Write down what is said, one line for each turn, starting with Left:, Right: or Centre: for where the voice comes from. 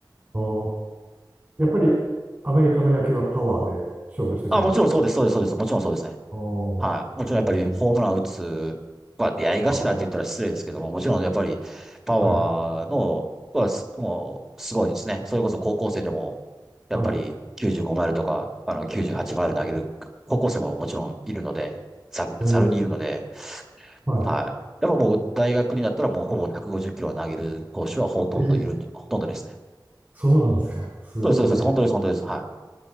Right: あーやっぱりアメリカの野球はパワーで勝負してくるんですか
Centre: あ、もちろんそうです、そうです、そうです。もちろんそうですね。
Right: あーへえ
Centre: はい。もちろんやっぱりホームラン打つ、まあ出会い頭って言ったら失礼ですけども、
Right: あー、
Centre: もちろんやっぱりパワーの、
Right: はい。
Centre: はす、もうすごいですね。それこそ高校生でも、やっぱり95マイルとか、
Right: はい。
Centre: あの98マイル投げる高校生ももちろんいるので、ざ、
Right: えー、
Centre: ざるにいるので、
Right: はい。
Centre: はい。やっぱもう大学になったらもうほぼ150キロは投げる投手はほとんどいるんで、
Right: えー、
Centre: ほとんどですね。
Right: そうなんですか。すごいです。
Centre: そうです、そうです。本当です、本当です。はい。